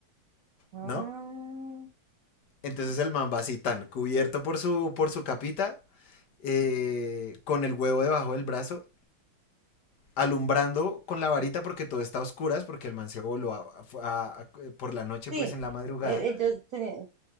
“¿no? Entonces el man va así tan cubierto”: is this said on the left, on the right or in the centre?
Left